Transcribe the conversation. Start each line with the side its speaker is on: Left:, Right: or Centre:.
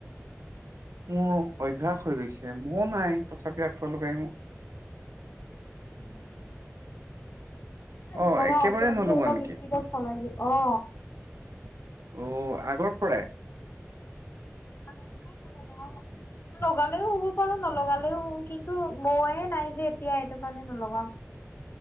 Right: মোৰ অভ্যাস হৈ গৈছে। মুহ নাই তথাপিও আঠুৱা লগাই শুও।
Left: উম। মই
Right: অ
Left: নলগাওঁ
Right: একেবাৰে
Left: ফেনটো
Right: নলগোৱা
Left: অলপ
Right: নেকি
Left: স্পীডত চলাই দিও, অ।
Right: অ আগৰ পৰাই?
Left: আগৰ পৰাই নলগাও।
Right: <inaudible>
Left: লগালেও শুব পাৰোঁ নলগালেও শুও। কিন্তু মহে নাই যে এতিয়া এইটো কাৰণে নলগাওঁ।